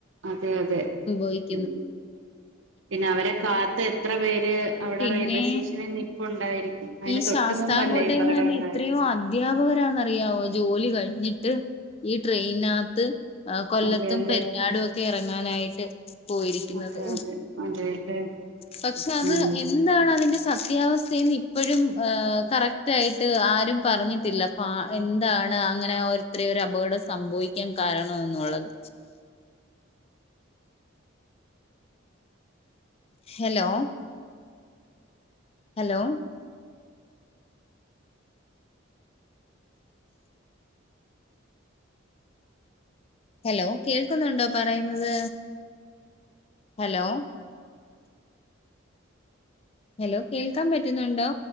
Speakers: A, on the right (about 75°); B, on the left (about 30°).
A: അതെ അതെ
B: സംഭവിക്കിന്ന്.
A: ഉം പിന്നെ അവരെ കാത്ത് എത്ര പേര് അവടെ
B: പിന്നെ
A: റെയിൽവേ സ്റ്റേഷനിൽ നിപ്പുണ്ടായിരിക്കും. അതിന്
B: ഈ
A: തൊട്ട്
B: ശാസ്താകോട്ടയിന്ന്
A: മുമ്പല്ലേ ഈ അപകടം
B: തന്നെ
A: ഉണ്ടായത്
B: ഇത്രേയു അ അധ്യാപകരാന്നറിയാവോ ജോലി കഴിഞ്ഞിട്ട് ഈ ട്രെയിനകത്ത് ആ കൊല്ലത്തും
A: അതെയല്ലേ
B: പെരിഞ്ഞാടുവൊക്കെ എറങ്ങാനായിട്ട് പോയിരിക്കുന്നത്.
A: അതെ അതെ അതെയല്ലേ
B: പക്ഷെ അത്
A: ഉം
B: എന്താണതിന്റെ സത്യാവസ്ഥേന്ന് ഇ പ്പഴും ആ കറക്റ്റായിട്ട് ആരും പറഞ്ഞിട്ടില്ല പ എന്താണ് അങ്ങനെ ഒ അത്രയൊരു അപകടം സംഭവിക്കാൻ കാരണം എന്നുള്ളത്. ഹേലോ. ഹലോ. ഹലോ കേൾക്കുന്നുണ്ടോ പറയുന്നത്? ഹലോ. ഹേലോ കേൾക്കാൻ പറ്റുന്നുണ്ടോ?